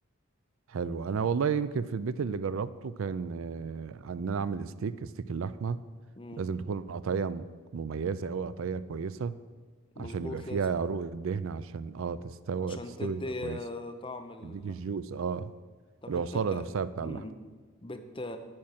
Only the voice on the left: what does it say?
مم.
مظبوط
لازم
عشان
تدي
آه، طعم للحم
طب
انت ك...
مم.
بت...